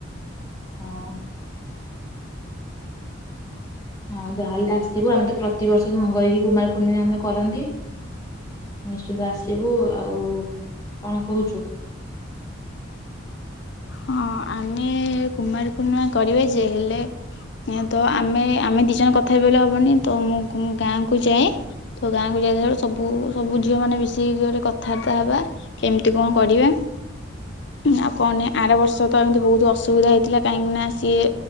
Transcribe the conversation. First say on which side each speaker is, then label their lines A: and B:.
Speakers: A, on the left; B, on the left.
A: ହଁ ଆଉ ଯହେଲେ ଆସିବୁ ଆମେ ତ ପ୍ରତିବର୍ଷ ସାଙ୍ଗ କରିକି କୁମାର ପୂର୍ଣ୍ଣିମମା ଆମେ କରନ୍ତି ନିଶ୍ଚନ୍ତ ଆସିବୁ ଆଉ କଣ କହୁଛୁ?
B: ହଁ ଆମେ କୁମାରୀ ପୂର୍ଣ୍ଣିମା କରେ ଯେ ହେଲେ ତ ଆମେ ଆମେ ଦିଜଣ କଥା ହେ ହବନି ତ ମୁଁ ଗାଁକୁ ଯାଏ ତ ଗାଁକୁ ଯାଇ ବଳେ ସବୁ ସବୁ ଝିଅ ମାନେ ମିଶିକିରେ କଥାବାର୍ତ୍ତା ହେବା କେମିତି କଣ କରିବା ଆଉ କଣ ଆର ବର୍ଷ ତ ଏମିତି ବହୁତ ଅସୁବିଧା ହେଇଥିଲା କାହିଁକିନା ସିଏ